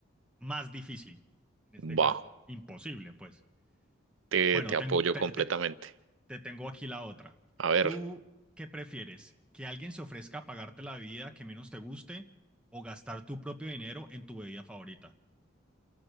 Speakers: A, in the centre; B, on the right (about 75°).
A: más difícil en este caso.
B: Va,
A: Imposible, pues.
B: te,
A: Bueno,
B: te apoyo
A: tengo, te,
B: completamente.
A: te, Te tengo aquí la otra.
B: A ver,
A: ¿Tú qué prefieres? ¿Que alguien se ofrezca a pagarte la bebida que menos te guste o gastar tu propio dinero en tu bebida favorita?